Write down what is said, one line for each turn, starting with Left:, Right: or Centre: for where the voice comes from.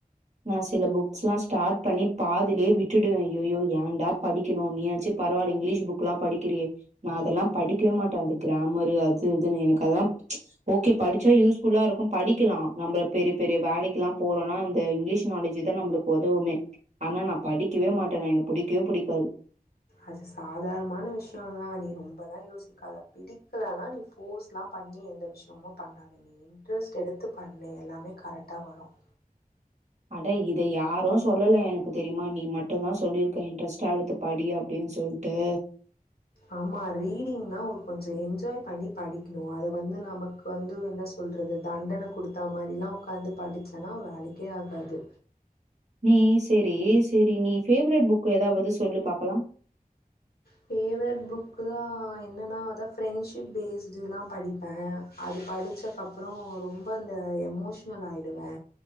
Right: நான் சில புக்ஸ்லாம் ஸ்டார்ட் பண்ணி பாதிலயே விட்டுடுவேன் அயயோ ஏன்டா படிக்கணும் நீயாச்சும் பரவால்ல இங்கிலீஷ் புக் எல்லாம் படிக்கிறியே நான் அதெல்லாம் படிக்கவே மாட்டேன் அது கிராமரு அது இதுன்னு எனக்கு அதெல்லாம் ஓகே படிச்சா யூஸ்ஃபுல்லா இருக்கும் படிக்கலாம் நம்ப பெரிய பெரிய வேலைக்குல்லாம் போறோன இங்கிலீஷ் நாலேஜ் தான் நம்மளுக்கு உதவுமே ஆனா நான் படிக்கவே மாட்டேனே எனக்கு புடிக்கவே புடிக்காது
Left: அது சாதாரணமான விஷயம் தான் நீ ரொம்பல்லாம் யோசிக்காத பிடிக்கலனா நீ ஃபோர்ஸ்லாம் பண்ணி எந்த விஷயமும் பண்ணாத நீ இன்ட்ரெஸ்ட் எடுத்து பண்ண எல்லாமே கரெக்டா வரும்
Right: அட இத யாரும் சொல்லல எனக்கு தெரியுமா நீ மட்டும் தான் சொல்லியிருக்க இன்ட்ரெஸ்ட்டா எடுத்து படி அப்டின் சொல்ட்டு
Left: ஆமா ரீடிங்னா கொஞ்சம் என்ஜாய் பண்ணி படிக்கணும் அத வந்து நமக்கு வந்து என்ன சொல்றது தண்டன கொடுத்தா மாரி எல்லாம் உக்காந்து படிச்சேன்னா வேலைக்கே ஆகாது
Right: நீ சேரி சேரி நீ ஃபேவேரெட் புக் ஏதாவது சொல்லு பாக்கலா
Left: ஃபேவேரெட் புக்கு தான் என்னன்னா அதான் ஃப்ரெண்ட்ஷிப் பேஸ்ட்ல்லாம் படிப்பேன் அது படிச்சக்கப்புறோ ரொம்ப அந்த எமோஷ்னல் ஆயிடுவே